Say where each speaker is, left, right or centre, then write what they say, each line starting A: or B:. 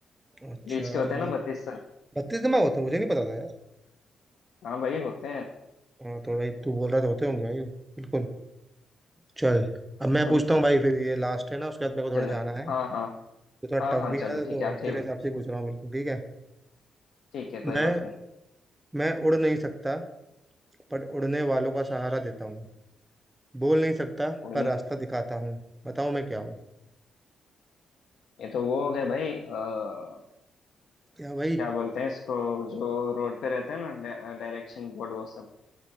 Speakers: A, on the right; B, on the left.
A: अच्छा
B: लीच के
A: अरे
B: होते हैं ना
A: ली-
B: बत्तीस सर
A: बत्तीस दिमाग होते हैं मुझे नहीं पता था यार
B: हाँ भाई होते हैं
A: हाँ तो भाई तू बोल रहा तो होते होंगे भाई बिल्कुल चल अब मैं
B: तुम
A: पूछता हूँ भाई फिर ये लास्ट है ना उसके बाद मेरे को
B: चलो
A: थोड़ा जाना है
B: हाँ हाँ
A: ये थोड़ा
B: हाँ
A: टफ
B: हाँ
A: भी है
B: चलो
A: ना
B: ठीक
A: तो
B: है आखिरी
A: तेरे हिसाब से ही पूछ रहा हूँ बिल्कुल ठीक है
B: ठीक है कोई
A: मैं
B: बात नहीं
A: मैं उड़ नहीं सकता पर उड़ने वालों का सहारा देता हूँ बोल नहीं सकता
B: उड़न
A: पर रास्ता दिखाता हूँ बताओ मैं क्या हूँ
B: ये तो वो हो गए भाई अ,
A: क्या भाई
B: क्या बोलते हैं इसको जो रोड पे रहते हैं ना डायरेक्शन बोर्ड वो सब